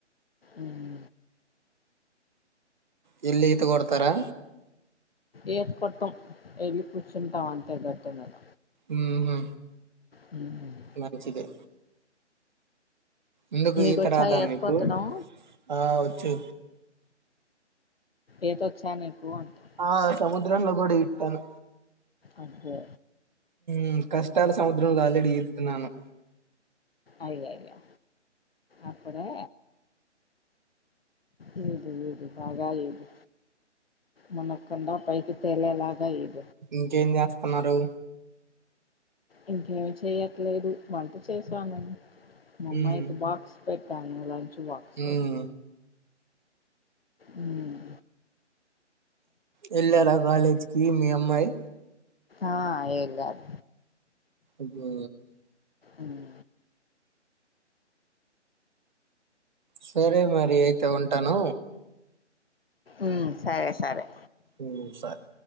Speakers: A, on the left; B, on the right.
A: ఉమ్
B: వెళ్ళి ఈత కొడతారా
A: ఈత కొట్టం వెళ్ళి కూర్చుంటాం అంటే గట్టు మీద
B: ఉహూ
A: హ్మ్.
B: మంచిదే ఎందుకుఈత
A: "నీకొచ్చా
B: రాదా
A: ఈత
B: మీకు
A: కొట్టడం?
B: ఆ వచ్చు
A: ఈత వచ్చా నీకు అంటా.
B: ఆ సముద్రంలో కూడా ఈదుతాను
A: అబ్బా
B: ఉమ్ కష్టాల సముద్రంలో ఆల్రెడి ఈదుతున్నాను
A: అయ్యయ్యో అప్పుడే లేదు లేదు బాగా లేదు మునక్కుండా పైకి తేలేలాగా ఈది
B: ఇంకేం చేస్తనారు
A: ఇంకేమి చేయట్లేదు వంట చేసాను మా అమ్మాయికి
B: ఊమ్
A: బాక్స్ పెట్ <unintelligible> లంచ్ బాక్స్
B: ఊమ్
A: ఉమ్
B: వెళ్ళారా కాలేజ్ కి మీ అమ్మాయి
A: ఆ వెళ్ళారు
B: ఊహు
A: ఉమ్
B: సరే మరి అయితే ఉంటాను
A: ఉమ్ సరే సరే
B: ఉమ్ సరే